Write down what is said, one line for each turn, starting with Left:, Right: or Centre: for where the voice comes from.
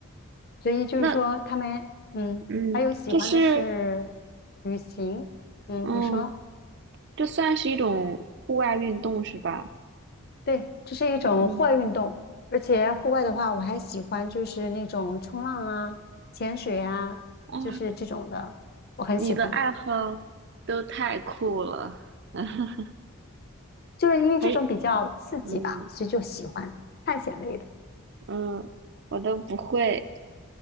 Left: 所以就是说他们，
Right: 那
Left: 嗯，
Right: 嗯，
Left: 还有喜欢的是
Right: 这是
Left: 旅行，嗯，
Right: 嗯，
Left: 你说。
Right: 这算是一种户外运动是吧？
Left: 对，这是一种户外运动，
Right: 嗯，
Left: 而且户外的话，我还喜欢就是那种冲浪啊、潜水啊，
Right: 哇，
Left: 就是这种的，我很喜欢。
Right: 你的爱好都太酷了。<laughs>
Left: 就是因为这种比较刺激吧，
Right: 嘿，嗯，
Left: 所以就喜欢探险类的。
Right: 嗯，我都不会。